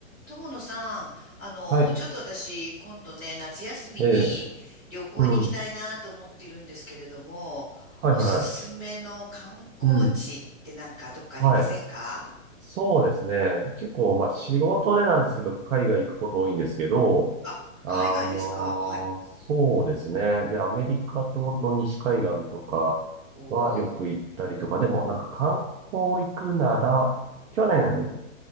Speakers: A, in the centre; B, on the right.
A: 友野さん、あの、
B: はい。
A: ちょっと私、今度ね、夏休みに旅行に行きたいなと思っているんですけれども、
B: ええ。うん。はいはいはい。
A: おすすめの観光地ってなんかどっかありませんか
B: うん。はい。そうですね。結構、まあ仕事でなんですけど、海外行くこと多いんですけど、
A: あ、
B: あのーそうですね。
A: 海外ですか。はい。
B: で、アメリカとの西海岸とか
A: おー。
B: はよく行ったりとか、でもなんか観光行くなら、去年、